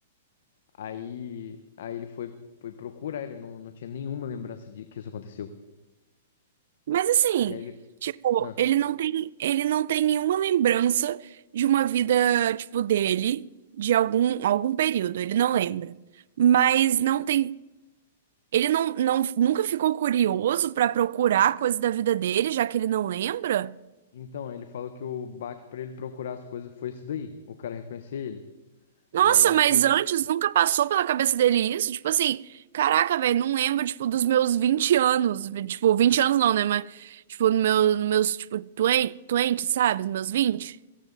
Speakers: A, on the left; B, on the right.
A: Aí, aí ele foi, foi procurar, ele não, não tinha nenhuma lembrança de que isso aconteceu.
B: Mas assim,
A: E aí ele,
B: tipo,
A: ah,
B: ele não tem, ele não tem nenhuma lembrança de uma vida, tipo, dele, de algum, algum período, ele não lembra. Mas não tem, ele não, não nunca ficou curioso pra procurar coisa da vida dele, já que ele não lembra?
A: então, aí ele falou que o baque pra ele procurar as coisas foi isso daí, o cara reconhecer ele.
B: Nossa,
A: E aí ele,
B: mas
A: pro...
B: antes nunca passou pela cabeça dele isso? Tipo assim, caraca, velho, não lembro, tipo, dos meus 20 anos, tipo, 20 anos não, né, mas tipo, no meu, nos meus, tipo, 20, 20, sabe? Nos meus 20,